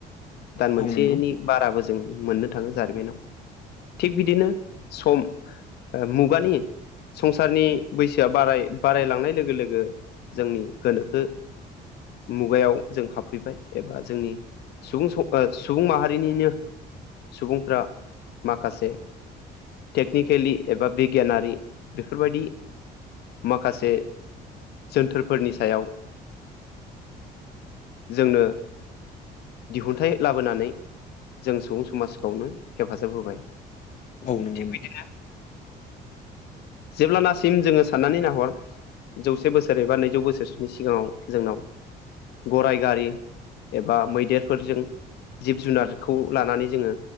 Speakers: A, on the left; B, on the left.
A: दान मोनसेनि-
B: औ नंगौ
A: बाराबो जों मोननो थाङो जारिमिनाव थिग बिदिनो सम मुगानि संसारनि बैसो बाराय बारायलांनाय लोगो लोगो जोंनि गोनोखो मुगायाव जों हाबफैबाय एबा जोंनि सुबुं सुबुं माहारिनिनो सुबुंफ्रा माखासे टेकनिकेलि एबा बिगियानारि बेफोरबायदि माखासे जोनथोरफोरनि सायाव जोंनो दिहुनथाइ लाबोनानै जों सुबुं समाजखौनो हेफाजाब होबाय।
B: औ नंगौ
A: थि
B: नोंथां
A: बिदिनो जेब्लाना सिम जोङो साननानै नाहर जौसे बोसोर एबा नैजौ बोसोरसोनि सिगाङाव जोंनाव गरराय गारि एबा मैदेरफोरजों जिब जुनारखौ लानानै जोङो